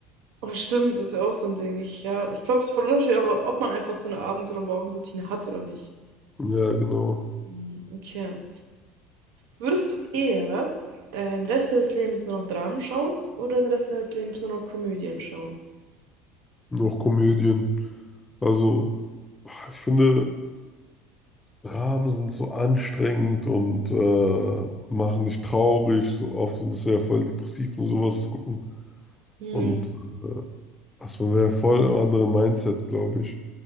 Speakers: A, on the right (about 75°); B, on the left (about 15°).
A: Aber stimmt, ist ja auch so ein Ding. Ich, ja, ich glaube, es ist voll unterschiedlich, ob ob man einfach so eine Abend- oder Morgenroutine hat oder nicht.
B: Ja, genau.
A: Mhm, Okay. Würdest du eher den Rest des Lebens nur noch Dramen schauen oder den Rest des Lebens nur noch Komödien schauen?
B: Noch Komödien. Also, ich finde. Dramen sind so anstrengend und äh, machen dich traurig so oft und das wäre voll depressiv und sowas zu gucken.
A: Hm.
B: Und also man wäre voll im anderen Mindset, glaube ich.